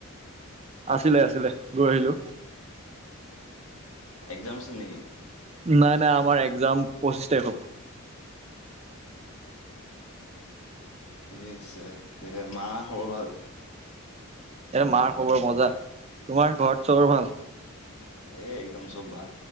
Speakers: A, on the right (about 30°); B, on the left (about 75°).
A: আছিলে আছিলে, গৈ আহিলো।
B: এক্সাম আছিল নেকি?
A: নাই নাই, আমাৰ এক্সাম পঁচিশ তাৰিখপা
B: এই আছে এ মা খবৰ ভাল?
A: এ মাৰ খবৰ মজা। তোমাৰ ঘৰত চবৰ ভাল?
B: এ একদম চব ভাল।